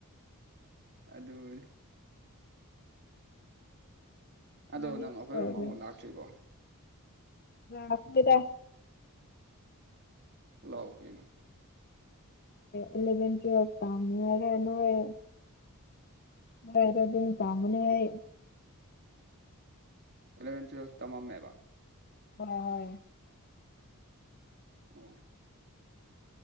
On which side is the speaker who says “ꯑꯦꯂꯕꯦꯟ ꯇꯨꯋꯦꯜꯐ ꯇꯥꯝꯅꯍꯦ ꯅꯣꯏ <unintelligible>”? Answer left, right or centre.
Left